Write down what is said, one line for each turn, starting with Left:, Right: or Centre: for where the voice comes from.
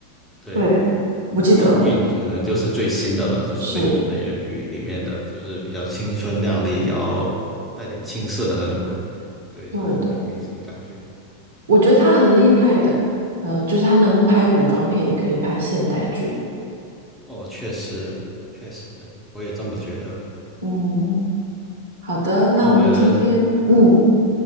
Centre: 对，
Right: 对，不记得了
Centre: 林允可能就是最新的了，就是美美人鱼里面的，
Right: 是
Centre: 就是比较青春靓丽，然后带点青涩的那种感觉，对，
Right: 对的。
Centre: 那种女明星感觉。
Right: 我觉得他很厉害的，呃，就是他能拍古装片，也可以拍现代剧。
Centre: 哦，确实，确实，我也这么觉得。
Right: 嗯，好的，那我们今天，
Centre: 那我们
Right: 嗯，